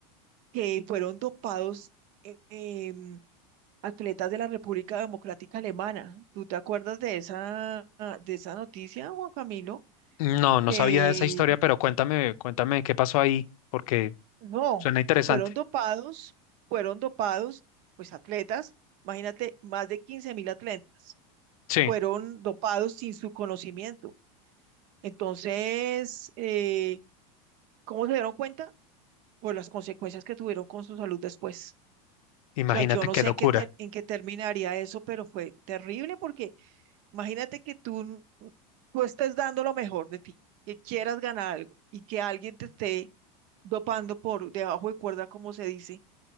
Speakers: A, on the right (about 45°); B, on the left (about 75°).
A: que fueron dopados eh, em, atletas de la República Democrática Alemana. ¿Tú te acuerdas de esa, de esa noticia, Juan Camilo?
B: No, no
A: Que
B: sabía de esa historia, pero cuéntame, cuéntame qué pasó ahí, porque
A: no,
B: suena interesante.
A: eh, fueron dopados, fueron dopados, pues atletas, imagínate, más de quince mil atletas
B: Sí,
A: fueron dopados sin su conocimiento. Entonces, eh, ¿cómo se dieron cuenta? Por las consecuencias que tuvieron con su salud después.
B: imagínate
A: O sea, yo no
B: qué
A: sé
B: locura.
A: en qué, ter- en qué terminaría eso, pero fue terrible porque Imagínate que tú, tú estés dando lo mejor de ti, que quieras ganar algo y que alguien te esté dopando por debajo de cuerda, como se dice,